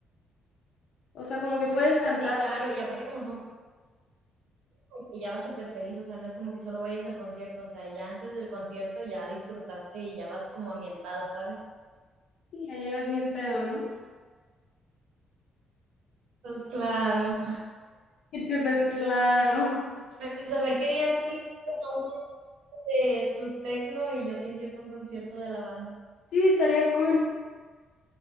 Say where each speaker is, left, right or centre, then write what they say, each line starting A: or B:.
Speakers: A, on the left (about 70°); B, on the right (about 85°).
A: O sea, como que puedes cantar
B: Sí, claro, y aparte como son que ya vas súper feliz, o sea, no es como que solo vayas al concierto, o sea, ya antes del concierto ya disfrutaste y ya vas como ambientada, ¿sabes?
A: y ya llegas bien pedo, ¿no?
B: Pues claro.
A: Y te pues claro.
B: Pues a ver qué día tú me invitas a un concierto de tu tecno y yo te invierto a un concierto de la banda.
A: Sí, estaría cool.